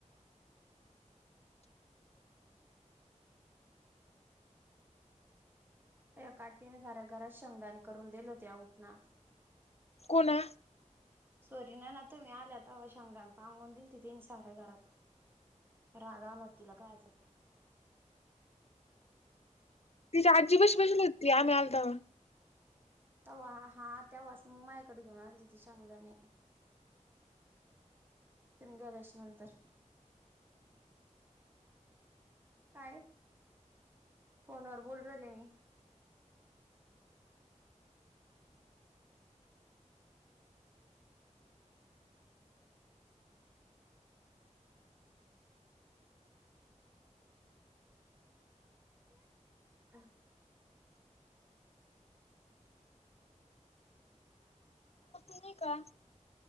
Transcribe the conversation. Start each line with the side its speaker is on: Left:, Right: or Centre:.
Right: ह्या कार्टिन साऱ्या घरात शेंगदाणे करून दिले होते. उठना.
Left: कोणा
Right: सॉरी नाना तुम्ही आला तवा शेंगदाणे पांगून दिलती तिनं साऱ्या घरात राग आला तिला कायछातं
Left: तिच्या आजी पशी बशली हुती आम्ही आलो तवा
Right: तवा हा तेव्हाच मायाकडे घेऊन आलती ती शेवदाने तिम गबश नंतर काय फोनावर बोलु राहीले मी <inaudible>
Left: ते का